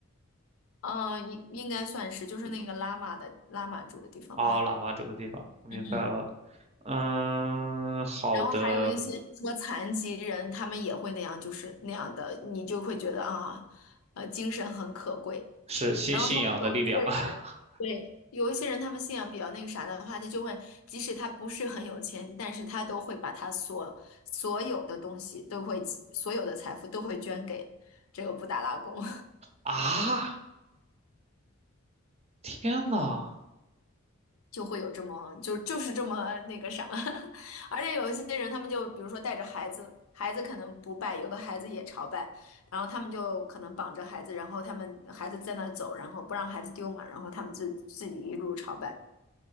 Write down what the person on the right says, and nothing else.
啊，喇嘛住的地方，我明白了。
嗯，好的，
是信信仰的力量
<laughs>
啊！天呐，